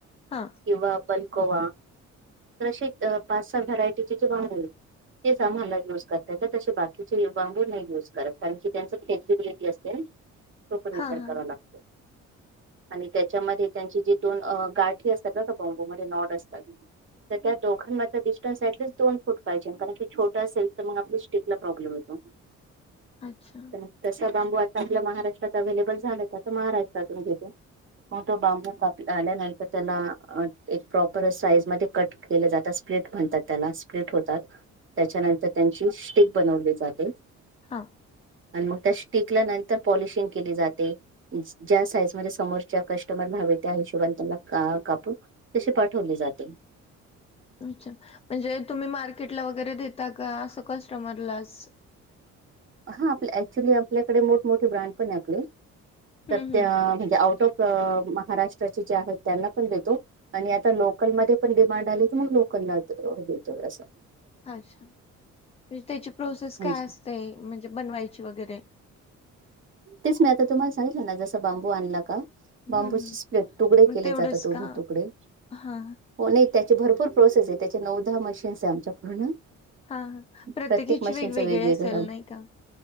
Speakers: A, on the left (about 20°); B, on the right (about 40°).
A: हा
B: किंवा बल्कोवा. तर अशी पाच सहा व्हरायटीचे जे बांबू आहेत तेच आम्हाला युज करता येतात. तसे बाकीचे बांबू नाही युज करत. कारण की त्यांच फ्लेक्सिबिलिटी असते. तो पण विचार
A: हा हा
B: करावा लागतो. आणि त्याच्यामध्ये त्यांचे जे दोन गाठी असतात ना त्या बांबूमध्ये नॉड असतात. तर त्या दोघांमधला डिस्टन्स ॲटलिस्ट दोन फूट पाहिजे. कारण की छोट असेल तर मग आपल्या स्टिकला प्रॉब्लेम येतो. <inaudible>
A: अच्छा
B: तर तसा बांबू आता आपल्या महाराष्ट्रात अव्हेलेबल झाला तर महाराष्ट्रातून घेतो. मग तो बांबू कापता आल्या नंतर तर त्याला एक प्रॉपर साईज मध्ये कट केले जातात. स्प्लिट म्हणतात त्याला. स्प्लिट होतात. त्याच्यानंतर त्यांची स्टिक बनवली जाते.
A: हा
B: आणि मग त्या स्टीक ला नंतर पॉलिशिंग केली जाते. ज्या साईज मध्ये समोरच्या कस्टमर हवय त्या हिशोबने त्यांना का कापुन तशी पाठवली जाते.
A: अच्छा. म्हणजे तुम्ही मार्केटला वगैरे देता का? अस कस्टमरलाच
B: हा आपल ऍक्च्युली आपल्याकडे मोठमोठे ब्रँड पण आहे आपले.
A: हम्म
B: तर
A: हम्म
B: त्या म्हणजे आउट ऑफ अम्म महाराष्ट्राचे जे आहेत त्यांना पण देतो. आणि आता लोकलमध्ये पण डिमांड आली तर मग लोकलला त देतो अस.
A: आच्छा, म्हणजे त्याची प्रोसेस
B: म्हणजे
A: काय असते म्हणजे बनवायची वगैरे.
B: तेच मी आता तुम्हाला सांगितल ना, जसा बांबू आणला का
A: हम्म
B: बांबूचे
A: हम्म
B: स्ट्रेट तुकडे
A: मग
B: केले
A: तेवढंच
B: जातात उभे
A: का?
B: तुकडे.
A: हा
B: नाही त्याची भरपूर प्रोसेस आहे. त्याची नऊ दहा मशीन्स आहेत आमच्या पूर्ण.
A: हा हा. प्रत्येकीची
B: प्रत्येक मशीनचं
A: वेगवेगळी
B: वेगवेगळं
A: असेल नाही का?